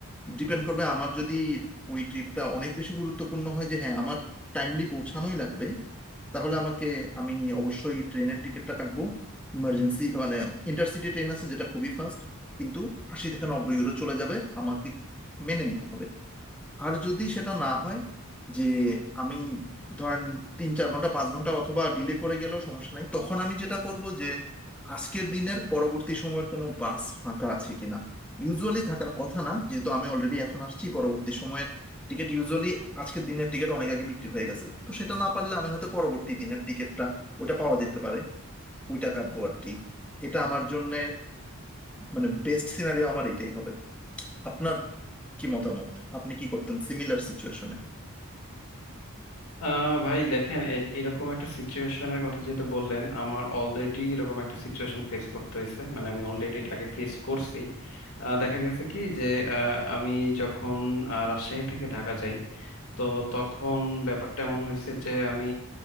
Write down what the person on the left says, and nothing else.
আহ ভাই দেখেন এ- এরকম একটা সিচুয়েশনের কথা যেহেতু বললেন আমার অলরেডি এরকম একটা সিচুয়েশন ফেস করতে হয়েছে মানে আমি অলরেডি এটা আগে ফেস করছি আহ, দেখা গেছে কি যে আহ, আমি যখন আহ, রাজশাহী থেকে ঢাকা যাই তো তখন ব্যাপারটা এমন হয়েছে যে আমি